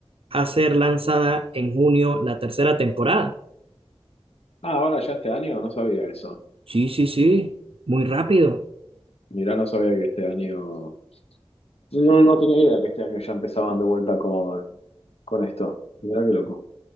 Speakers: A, on the right; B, on the left.
A: a ser lanzada en junio la tercera temporada?
B: Ah, ahora ya este año no sabía eso.
A: Sí, sí, sí, muy rápido.
B: Mirá, no sabía que este año. No, no tenía idea que este año ya empezaban de vuelta con, con esto. Mirá qué loco.